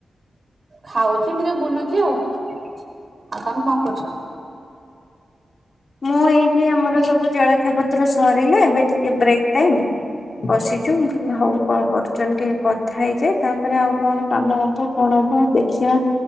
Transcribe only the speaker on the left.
ମୁଁ ଏଇଠି ଆମର ସବୁ ଜଳଖିଆ ପତ୍ର ସରିଲା ଏବେ ଟିକେ ବ୍ରେକ୍ ଟାଇମ୍। ବସିଚୁ, ମୁଁ କହିଲି ହଉ କଣ କରୁଛନ୍ତି ଟିକେ କଥା ହେଇଯାଏ, ତାପରେ ଆଉ କଣ କାମ ହବ କଣ? ଦେଖିବା